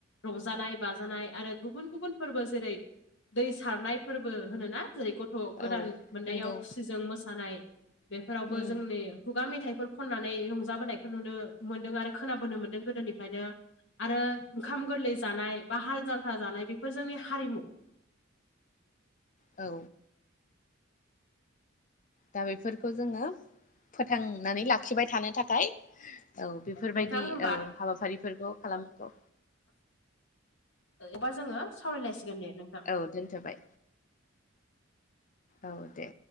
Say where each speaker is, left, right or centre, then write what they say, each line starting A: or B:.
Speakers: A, on the left; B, on the left.
A: रंजानाय बाजानाय आरो गुबुन गुबुन फोरबो जेरै दै सारनाय फोरबो होनोना जेरै ग थ' गोदान
B: औ
A: मोननायाव
B: नंगौ
A: खुसिजों मोसानाय बेफोरावबो
B: उम
A: जोंनि खुगा मेथाइफोर खननानै रंजाबोनायखौ नुनो मोन्दों आरो खोनाबोनो मोन्दों गोदोनिफ्रायनो आरो ओंखाम गोरलै जानाय बा हाल जांख्रा जानाय बेफोर जोंनि हारिमु।
B: औ। दा बेफोरखौ जोङो फोथांनानै लाखिबाय थानो थाखाय औ बेफोरबायदि
A: नोंथां होमबा
B: औ हाबाफारिफोरखौ खालामनांगौ।
A: अबा जोङो सावरायलायसिगोन दे नोंथां।
B: औ दोनथ'बाय। औ दे।